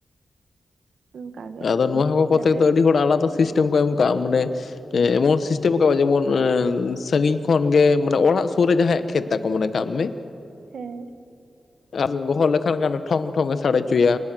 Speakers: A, on the right; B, on the left.
A: ᱚᱱᱠᱟ ᱜᱮ
B: ᱟᱫᱚ
A: ᱟᱨᱠᱤ
B: ᱱᱚᱣᱟ ᱦᱚᱸ ᱠᱚᱛᱮ
A: ᱡᱟᱛᱮ
B: ᱫᱚ ᱟᱹᱰᱤ ᱦᱚᱲ ᱟᱞᱟᱫᱟ
A: ᱦᱮᱸ
B: ᱥᱤᱥᱴᱮᱢ ᱠᱚ ᱮᱢ ᱠᱟᱜᱼᱟ, ᱢᱟᱱᱮ ᱮᱢᱚᱱ ᱥᱤᱥᱴᱮᱢ ᱠᱟᱣ-ᱟ ᱡᱮᱢᱚᱱ ᱥᱟ. ᱜᱤᱧ ᱠᱷᱚᱱ ᱜᱮ ᱢᱟᱱᱮ ᱚᱲᱟᱜ ᱥᱩᱨ ᱨᱮ ᱡᱟᱦᱟᱸᱭᱟᱜ ᱠᱷᱮᱛ ᱛᱟᱠᱚ, ᱢᱚᱱᱮ ᱠᱟᱢ ᱢᱮ,
A: ᱦᱮᱸᱻ,
B: ᱟᱨ ᱜᱚᱦᱚ ᱞᱮᱠᱷᱟᱱ ᱜᱟᱱᱮ ᱴᱷᱚᱝ ᱴᱷᱚᱝ ᱮ ᱥᱟᱰᱮ ᱦᱚᱪᱚᱭᱟ,